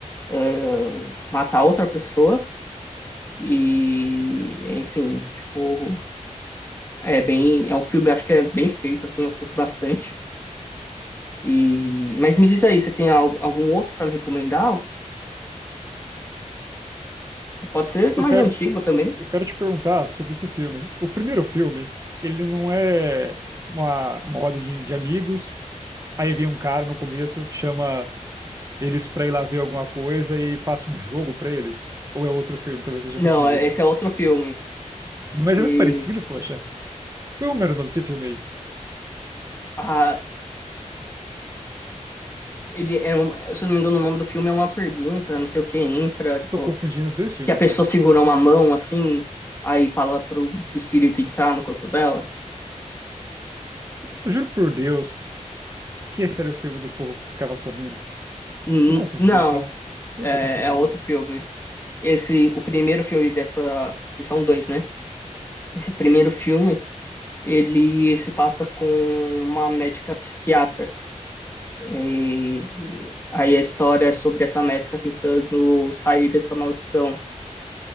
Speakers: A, on the left (about 20°); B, on the right (about 25°).
A: é, matar outra pessoa. E, enfim, tipo, é bem. É um filme, acho que é bem feito, assim, eu curto bastante. E, mas me diz aí, você tem al- algum outro para me recomendar? Que pode ser mais
B: Eu quero,
A: antigo também.
B: eu, eu quero te perguntar sobre esse filme. O primeiro filme, ele não é uma, uma roda de, de amigos. Aí vem um cara no começo, chama eles pra ir lá ver alguma coisa e passa um jogo pra eles. Ou é outro filme, talvez eu esteja
A: Não,
B: confundindo.
A: é- esse é outro filme.
B: Mas
A: Esse.
B: é muito parecido, poxa. Qual é o nome desse filme aí?
A: Ah, ele é um, se eu não me engano, o nome do filme é uma pergunta, não sei o que entra, tipo,
B: Eu tô confundindo os dois filmes,
A: que a pessoa
B: então.
A: segura uma mão assim, aí fala pro, pro espírito entrar no corpo dela.
B: Eu juro por Deus que esse era o filme do povo que ficava sorrindo.
A: Hum,
B: Eu confundi,
A: Não,
B: então. Eu
A: é,
B: tô confundindo.
A: é outro filme. Esse, o primeiro filme dessa, que são dois, né? Esse primeiro filme, ele se passa com uma médica psiquiatra. É, E, aí a história é sobre essa médica tentando sair dessa maldição.